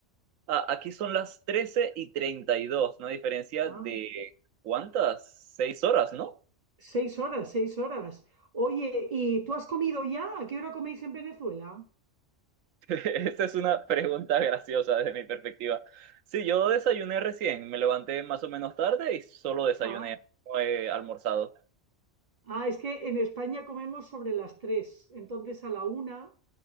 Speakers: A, on the right (about 80°); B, on the right (about 30°).
A: Ah, aquí son las trece y treinta y dos. una diferencia
B: Ah,
A: de ¿cuántas? Seis horas, ¿no?
B: seis horas, seis horas. Oye, ¿y tú has comido ya? ¿A qué hora coméis en Venezuela?
A: <laughs> Esa es una pregunta graciosa desde mi perspectiva. Sí, yo desayuné recién, me levanté más o menos tarde y solo desayuné,
B: ah,
A: no he almorzado.
B: Ah, es que en España comemos sobre las tres. entonces a la una.